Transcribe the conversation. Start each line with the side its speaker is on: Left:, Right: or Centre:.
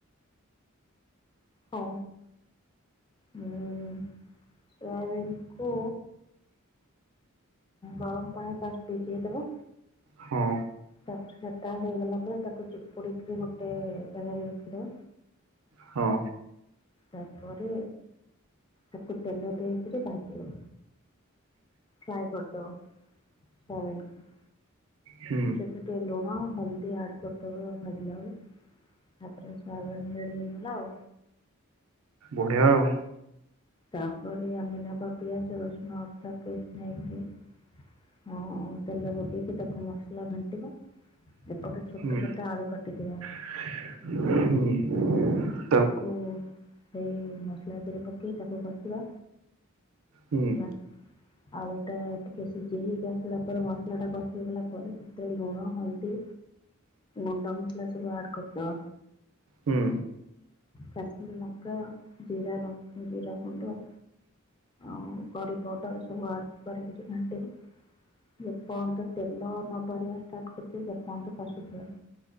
Left: ହଁ ହୁଁ ସୋୟାବିନ୍ କୋ ଗରମ ପାଣିରେ ଫାଷ୍ଟ୍ ଭିଜେଇଦବ
Right: ହଁ।
Left: ତା ପରେ ସେଟା ହେଇଗଲା ପରେ ତାକୁ ଚୁପୁଡିକି ଗୋଟେ ଜାଗାରେ ରଖିଦବା
Right: ହଁ।
Left: ତାପରେ ତାକୁ ତେଲ ଦେଇକିରି ଭାଜିବ ଫ୍ରାଏ କରିଦବ ସୋୟାବିନ୍ କୁ
Right: ହୁଁ
Left: ସେଥିରେ ଟିକେ ଲୁଣ ହଳ୍ ଦି ଆଡ୍ କରିଦବ ଭଜିଲା ବେଳେ ତାପରେ ସୋୟାବିନ୍ ରେଡ଼ି ହେଇଗଲା ଆଉ।
Right: ବଢିଆ ଆଉ।
Left: ତାପରେ ଆମେ ନବା ପିଆଜ ରସୁଣ ଅଦା ପେଷ୍ଟ୍ ନେଇକି ହଁ ଆଉ ତେଲ ପକେଇକି ତାକୁ ମସଲା ଘାଣ୍ଟିବା ଏପଟେ ଛୋଟ
Right: ହୁଁ
Left: ଛୋଟ ଆଳୁ କାଟିଥିବା
Right: ହୁଁ। <unintelligible>
Left: ତାକୁ ସେଇ ମସଲାଥିରେ ପକାଇ ତାକୁ କଷିବା।
Right: ହୁଁ
Left: ହେଲା ଆଳୁ ଟା ଟିକେ ସିଜି ହେଇକି ଆସିଲା ପରେ ମସଲା ଟା କଶି ହେଇଗଲା ପରେ ପରେ ସେଥିରେ ଲୁଣ ହଳଦୀ ଗୁଣ୍ଡ ମସଲା ସବୁ ଆଡ କରିଦବ।
Right: ହୁଁ।
Left: କାଶ୍ମୀରୀ ଲଙ୍କା ଜିରା ଲ ଜିରା ଗୁଣ୍ଡ ଆଉ କରିପୌଡର ସବୁ ଆଡ଼ କରିକି ଘାଣ୍ଟିବ। ଯେପର୍ଯ୍ୟନ୍ତ ତେଲ ନବହାରିବା ଷ୍ଟାର୍ଟ କରିଚି ସେପର୍ଯ୍ୟନ୍ତ କଷୁଥିବେ।